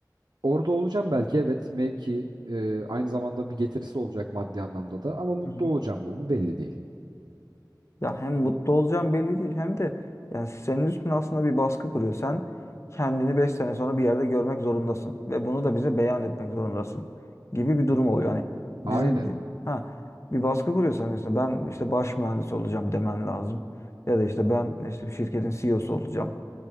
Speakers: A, on the right; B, on the left.
A: orada olacağım belki evet mevki e, aynı zamanda bir getirisi olacak maddi anlamda da ama mutlu
B: Hı hı.
A: olacağım mı bu belli değil.
B: Ya hem mutlu olacağım belli değil hem de yani senin üstüne aslında bir baskı kuruyor. Sen kendini 5 sene sonra bir yerde görmek zorundasın ve bunu da bize beyan etmek zorundasın gibi bir durum oluyor. Yani bize
A: Aynen.
B: ha bir baskı kuruyorsan işte ben işte baş mühendis olacağım demen lazım. Ya da işte ben işte şirketin CEO'su olacağım.